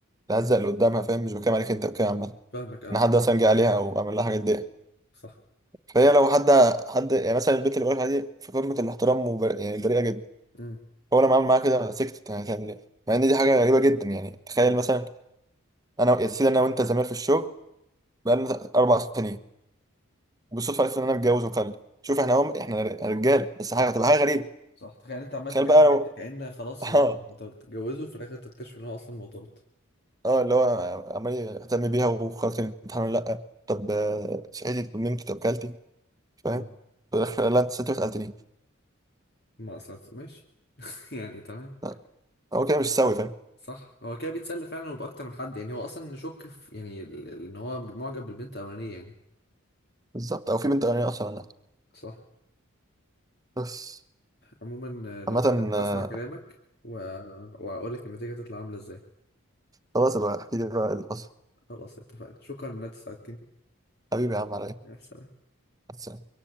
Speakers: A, on the right (about 15°); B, on the left (about 50°).
A: تهزق اللي قدامها فاهم مش بتكلم عليك انت بتكلم عامه
B: فاهمك اه
A: ان حد
B: آه،
A: مثلا جه عليها او عمل لها حاجات دي
B: صح
A: فهي لو حد حد يعني مثلا البنت اللي بقولها دي في قمه الاحترام وبر... يعني بريئه جدا
B: امم
A: هو لما عمل معاها كده أنا سكتت هتعمل ايه مع ان دي حاجه غريبه جدا يعني تخيل
B: امم
A: مثلا انا يا سيدي انا وانت زمان في الشغل بقالنا اربع سنين وبالصدفه عرفت ان انا متجوز ومخلف شوف احنا هم احنا
B: صح
A: رجال بس
B: صح
A: حاجه هتبقى حاجه غريبه
B: صح تخيل انت عمال
A: تخيل
B: تكلم
A: بقى لو
B: بنت كأن خلاص
A: <laughs>
B: انت
A: اه
B: هتتجوزه وفي الاخر تكتشف ان هو اصلا مرتبط
A: اه اللي هو عمال يهتم بيها وخلاص كان الامتحان ولا لا طب آه، صحيتي طب نمت طب كلتي فاهم
B: امم
A: في الآخر، لا انت ست ما سالتنيش
B: ما اصلا ماشي <laughs> يعني تمام
A: لا، هو كده مش سوي فاهم
B: صح هو كده بيتسلى فعلا وبأكتر من حد يعني هو اصلا نشك في يعني ال- ال- ان هو معجب بالبنت الاولانيه يعني
A: بالظبط او في بنت اغنيه اصلا ولا لا
B: صح
A: بس
B: عموما آه، لو
A: عامة
B: كده انا
A: آه،
B: هسمع كلامك و... واقول لك النتيجه تطلع عامله ازاي
A: خلاص بقى احكي لي بقى اللي حصل
B: خلاص اتفقنا شكرا ان انت ساعدتني
A: حبيبي يا عم
B: يا سلام
A: عليا